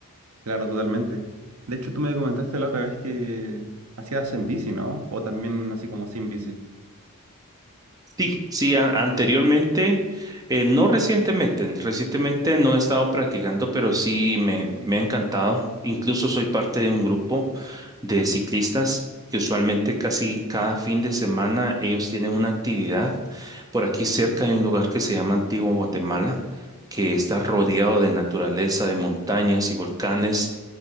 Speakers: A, on the right; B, on the right.
A: Claro, totalmente. De hecho, tú me comentaste la otra vez que hacías en bici, ¿no? O también así como sin bici.
B: Sí, sí, a- anteriormente, eh, no recientemente, recientemente no he estado practicando, pero sí me, me ha encantado. Incluso soy parte de un grupo de ciclistas que usualmente casi cada fin de semana ellos tienen una actividad. Por aquí cerca hay un lugar que se llama Antigua Guatemala, que está rodeado de naturaleza, de montañas y volcanes,